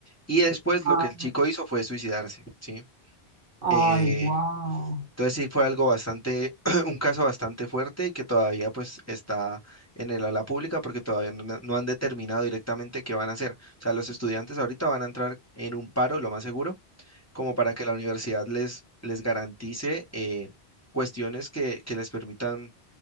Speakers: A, on the left (about 15°); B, on the right (about 55°).
A: Y después lo
B: Ah,
A: que el chico hizo fue suicidarse, ¿sí?
B: Ay,
A: Eh,
B: wow.
A: entonces sí fue algo bastante, <clears throat> un caso bastante fuerte y que todavía pues está en el ala pública porque todavía no, no no han determinado directamente qué van a hacer. O sea, los estudiantes ahorita van a entrar en un paro, lo más seguro, como para que la universidad les, les garantice eh, cuestiones que, que les permitan